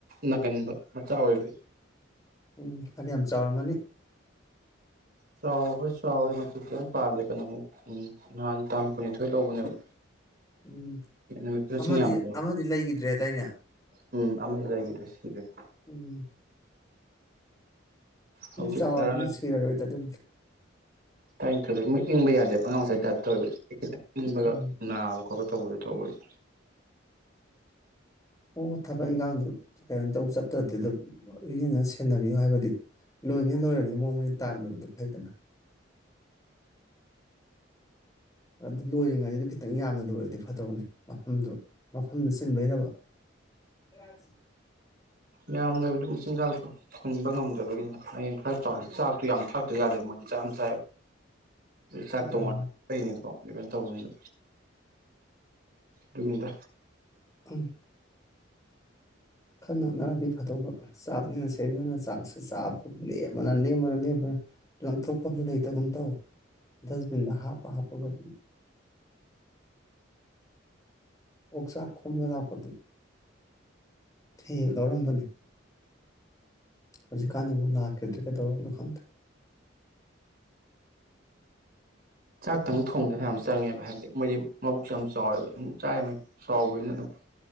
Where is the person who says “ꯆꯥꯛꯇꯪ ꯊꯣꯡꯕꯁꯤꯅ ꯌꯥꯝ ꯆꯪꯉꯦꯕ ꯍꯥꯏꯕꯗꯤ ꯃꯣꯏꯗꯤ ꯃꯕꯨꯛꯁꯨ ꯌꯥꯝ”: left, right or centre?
Right